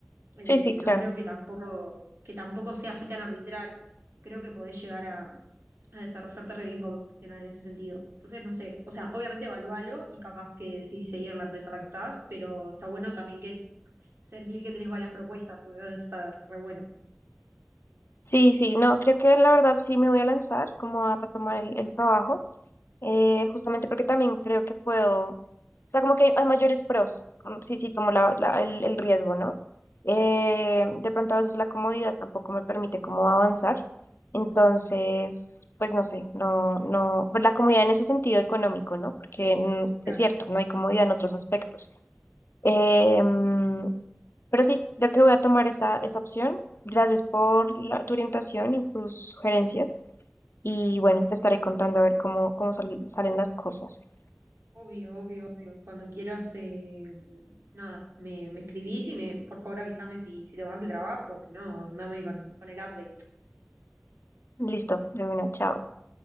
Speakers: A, on the right; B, on the left.
A: eh,
B: sí, sí, claro.
A: no creo que tampoco, que tampoco sea así tan arbitrario. Creo que podés llegar a, a desarrollarte re bien como profesional en ese sentido. Entonces, no sé, o sea, obviamente evalúalo y capaz que sí seguir en la empresa en la que estás, pero está bueno también que sentir que tenés varias propuestas, o sea, está re bueno.
B: Sí, sí, no, creo que la verdad sí me voy a lanzar como a retomar el, el trabajo. eh, justamente porque también creo que puedo, o sea, como que hay, hay mayores pros, mm, sí, sí, tomo la- la- el, el riesgo, ¿no? Eh, de pronto a veces la comodidad tampoco me permite como avanzar, entonces, pues no sé, no, no, pues, la comodidad en ese sentido económico, ¿no? Porque mm,
A: Claro.
B: es cierto, no hay comodidad en otros aspectos. Eh, mm, pero sí, creo que voy a tomar esa, esa opción. Gracias por la- tu orientación y tus sugerencias. Y bueno, te estaré contando a ver cómo, cómo sal- salen las cosas.
A: Obvio, obvio, obvio. Cuando quieras, eh, nada, me, me escribís y me, por favor avísame si, si te vas del trabajo, si no, andame con, con el update.
B: Listo, de una, chao.